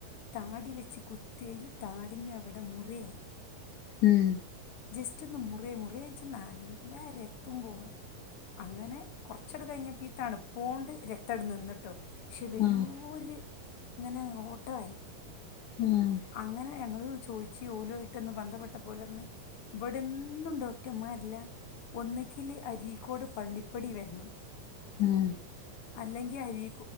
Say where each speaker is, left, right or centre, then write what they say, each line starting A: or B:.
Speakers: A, on the left; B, on the left.
A: താടി വെച്ച് കുത്തിയല് താടിന്റവിടെ മുറിയായി
B: ഉം
A: ജസ്റ്റ് ഒന്ന് മുറേ മുറേന്ന്വെച്ചാൽ നല്ല രക്തം പോവുക അങ്ങനെ കുറച്ചട കഴിഞ്ഞപ്പീ തണുപ്പോണ്ട് രക്തം അടെ നിന്നിട്ടോ പക്ഷെ വല്ല്യോരു
B: ആഹ്
A: ഇങ്ങനെ ഓട്ടായി
B: ആഹ്
A: അങ്ങനെ ഞങ്ങള് ചോദിച്ചു ഓലുവായിട്ടൊന്നു ബന്ധപ്പെട്ടപ്പോ ഓലുപറന്നെ ഇവിടെന്നും ഡോക്ടമാരില്ല ഒന്നക്കിലെ അരീക്കോട് പള്ളിപ്പടി വരന്ന്
B: ഉം
A: അല്ലെങ്കിൽ അരി